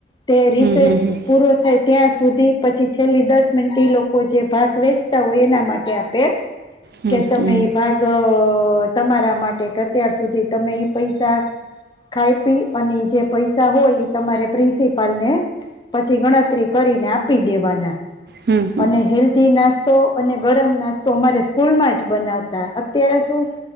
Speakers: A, on the left; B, on the right.
A: તે રિસર્ચ
B: હમ
A: પૂરો થાય ત્યાં સુધી પછી છેલ્લી દસ મિનિટ લોકો જે ભાગ વેચતા હોય એના માટે આપે
B: હમ
A: કે તમે
B: હમ
A: ભાગ અ તમારા માટે કે અત્યાર સુધી તમે ઈ પૈસા ખાઈ પી અને જે પૈસા હોય એ તમારે પ્રિન્સિપાલ ને પછી ગણતરી કરીને આપી દેવાના.
B: હમ હમ હમ
A: અને હેલ્ધી નાસ્ તો અને ગરમ નાસ્તો અમારે ફૂલમાં જ બનાવતા. તેરસો